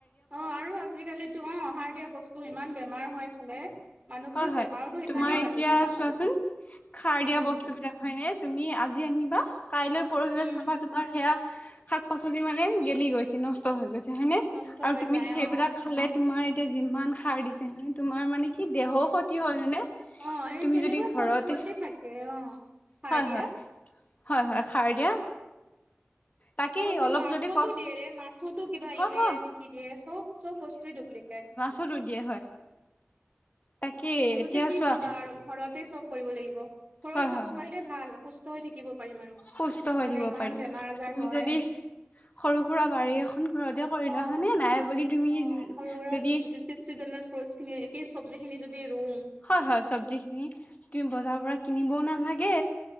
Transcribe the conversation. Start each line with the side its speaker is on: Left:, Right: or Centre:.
Right: অ' আৰু আজিকালি অ' সাৰ দিয়া বস্তু ইমান বেমাৰ হয় খালে। মানুহবোৰৰ
Left: হয়, হয়
Right: বেমাৰতো সেইকাৰণেই
Left: তোমাৰ এতিয়া
Right: বাঢ়িছে ন
Left: চোৱাচোন সাৰ
Right: উম
Left: দিয়া বস্তু বিলাক হয় নে। তুমি আজি আনিবা কাইলৈ পৰহিলৈ
Right: উম
Left: চাবা তোমাৰ সেয়া শাক পাচলি মানে গেলি গৈছে। নষ্ট হৈ গৈছে হয়নে,
Right: নষ্ট
Left: আৰু
Right: হৈ
Left: তুমি
Right: যায়
Left: সেইবিলাক
Right: অ
Left: খালে তোমাৰ এতিয়া যিমান সাৰ দিছে ন তোমাৰ মানে সি দেহও
Right: অ
Left: ক্ষতি হয় হয়নে। মানে
Right: অ', এই
Left: তুমি
Right: তেনেকুৱা
Left: যদি ঘৰতে
Right: চবতে থাকে অ', সাৰ
Left: হয়,
Right: দিয়া।
Left: হয়। হয়, হয়। সাৰ দিয়া। তাকেই
Right: আৰু মানে
Left: অলপ
Right: মাছতো
Left: যদি কষ্ট
Right: দিয়েৰে মাছতো কিবা ইউৰিয়া
Left: হয় হয়
Right: নেকি দিয়ে চব চব বস্তুৱে ডুপ্লিকেট।
Left: ছটো দিয়ে হয়। তাকেই
Right: মুঠতে
Left: এতিয়া
Right: কি
Left: চোৱা
Right: খাবা আৰু ঘৰতে চব কৰিব লাগিব। ঘৰৰ
Left: হয়
Right: খাব
Left: হয় হয়
Right: পাৰিলে ভাল সুস্থ হৈ থাকিব পাৰিম আৰু।
Left: সুস্থ
Right: নহ'লে
Left: হৈ থাকিব
Right: ইমান
Left: পাৰি।
Right: বেমাৰ আজাৰ
Left: তুমি
Right: হয়
Left: যদি সৰু সুৰা বাৰী এখন ঘৰতে কৰিলোৱা
Right: অ'।
Left: হয়নে, নাই বুলি তুমি
Right: অ',
Left: যদি
Right: সৰু সুৰা চিজনেল ফ্ৰুট খিনি একেই চব্জি খিনি যদি ৰুও
Left: হয়, হয় চব্জি খিনি তুমি বজাৰৰ পৰা কিনিবও নালাগে